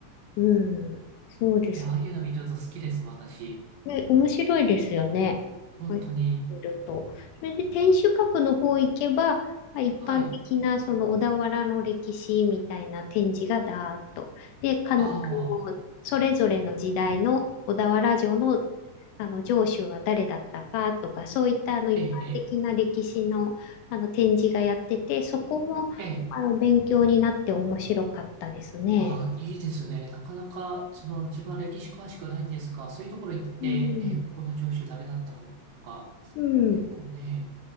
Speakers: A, on the left; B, on the right.
A: うん。そうです。
B: え、ああいうの見ると好きです、私。
A: ね、面白いですよね。
B: 本当に。
A: はこい。う見ると。それで天守閣の方行けば、まあ、一般的なその小田原の歴史みたいな展示がだーっと。
B: はい。
A: で、かん、
B: ああ、
A: あの、それぞれの時代の小田原城の、あの城主は誰だったかとか、そういったあの一般的な歴史の、
B: ええ、ええ、
A: あの展示がやってて、そこもあの勉強になって面白かったですね。
B: ええ、ああ、いいですね。なかなか、その、自分は歴史詳しくないんですが、そういうところ行って、
A: うん。
B: ええ、ここの城主誰だったかとか、
A: うん。
B: 結構ね、